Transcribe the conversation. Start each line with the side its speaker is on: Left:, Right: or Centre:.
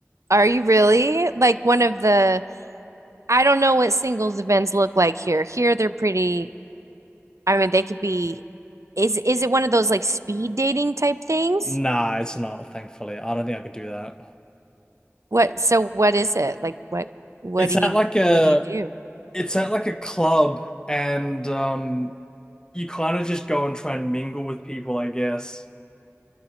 Right: Are you really? Like one of the I don't know what singles events look like here. Here they're pretty I mean, they could be. Is is it one of those like speed dating type things?
Left: Nah, it's not, thankfully. I don't think I could do that.
Right: What, so what is it? Like what what
Left: It's
Right: do you
Left: at like a
Right: what do you do?
Left: it's at like a club and um you kind of just go and try and mingle with people, I guess.